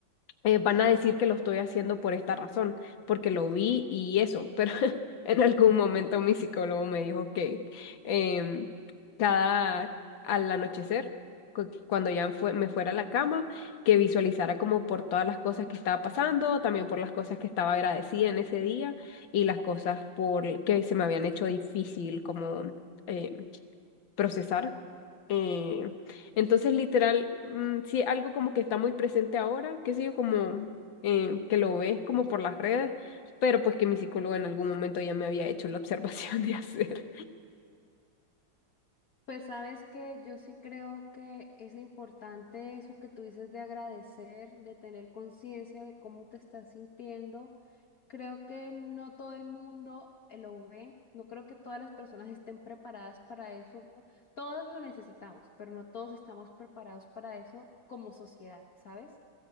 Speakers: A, on the left (about 75°); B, on the left (about 50°).
A: eh, van a decir que lo estoy haciendo por esta razón, porque lo vi y eso, pero <laughs> en algún momento mi psicólogo me dijo que em, cada al anochecer, cu- cuando ya fue- me fuera a la cama, que visualizara como por todas las cosas que estaba pasando, también por las cosas que estaba agradecida en ese día y las cosas por que se me habían hecho difícil, como... eh, procesar. Eh, entonces, literal, mm, sí, algo como que está muy presente ahora, qué sé yo, como eh, que lo ves como por las redes, pero pues que mi psicólogo en algún momento ya me había hecho la <laughs> observación de hacer.
B: Pues sabes que yo sí creo que es importante eso que tú dices de agradecer, de tener conciencia de cómo te estás sintiendo. Creo que no todo el mundo eh, lo ve, no creo que todas las personas estén preparadas para eso. Todos lo necesitamos, pero no todos estamos preparados para eso como sociedad, ¿sabes?